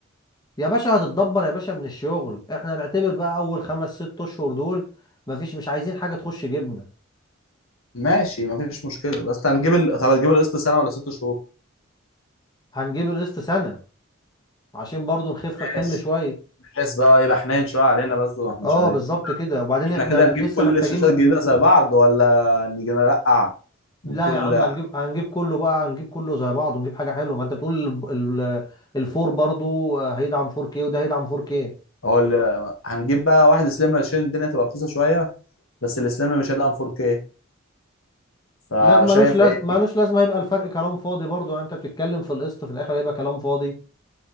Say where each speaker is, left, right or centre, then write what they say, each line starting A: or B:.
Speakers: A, on the left; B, on the left.
A: يا باشا هتتدبر يا باشا من الشغل احنا هنعتبر بقى اول خمس ست اشهر دول مفيش مش عايزين حاجه تخش جبنه
B: ماشي مفيش مشكله بس هنجيب ال... طب هتجيب القسط سنه ولا ست شهور؟
A: هنجيب القسط سنه عشان برضو نخف الحمل
B: ماشي
A: شويه
B: بحيث بقى يبقى حنين شويه علينا بس واحنا
A: اه
B: شغالين
A: بالظبط كده وبعدين
B: احنا
A: احنا
B: كده
A: لسه
B: هنجيب كل
A: محتاجين
B: الشاشات الجديده زي بعض ولا نيجي نرقع من
A: لا
B: كل
A: يا عم هنجيب هنجيب كله بقى هنجيب كله زي بعض ونجيب حاجه حلوه ما انت بتقول ال- ال- الفور برضو آه، هيدعم 4K وده هيدعم 4K
B: هقول هنجيب بقى واحد سليم عشان الدنيا تبقى رخيصه شويه بس السليم مش هيدعم 4K فشايف
A: لا ملوش لاز...
B: ايه
A: ملوش لازمه هيبقى الفرق كلام فاضي برضو يعني انت بتتكلم في القسط في الاخر هيبقى كلام فاضي